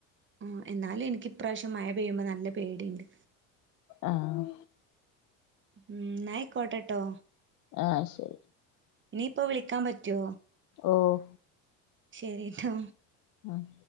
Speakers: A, on the right (about 30°); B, on the left (about 55°).
A: ആഹ് എന്നാലും എനിക്ക് ഇപ്രാശ്യം മഴ പെയ്യുമ്പോ നല്ല പേടിണ്ട്
B: ആഹ്
A: ഉം ഇന്നാ അയ്ക്കോട്ടെ ട്ടോ
B: ആഹ് ശരി
A: ഇനിയിപ്പൊ വിളിക്കാം പറ്റോ?
B: ഓഹ്
A: ശെരിട്ടോ
B: ആഹ്